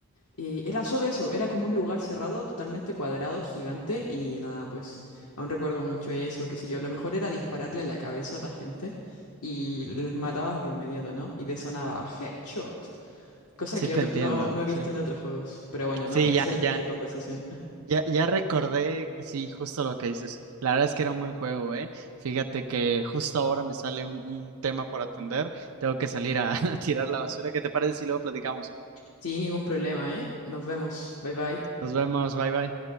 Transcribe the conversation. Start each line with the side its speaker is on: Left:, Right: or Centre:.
Left: Y era solo eso, era como un lugar cerrado, totalmente cuadrado, gigante. Y nada, pues aún recuerdo mucho eso, qué sé yo. Lo mejor era dispararle a la cabeza a la gente y les matabas de inmediato, ¿no? Y te sonaba headshot. Cosa
Right: Sí,
Left: que
Right: te
Left: otro-
Right: entiendo,
Left: no, no he
Right: sí.
Left: visto en otros juegos. Pero bueno,
Right: Sí,
Left: ¿no? Excelente
Right: ya, ya,
Left: conversación.
Right: ya, ya recordé, sí, justo lo que dices. La verdad es que era un buen juego, ¿eh? Fíjate que justo ahora me sale un, un tema por atender. Tengo que salir a, <laughs> a tirar la basura. ¿Qué te parece si luego platicamos?
Left: Sí, ningún problema, ¿eh? Nos vemos. Bye bye.
Right: Nos vemos, bye bye.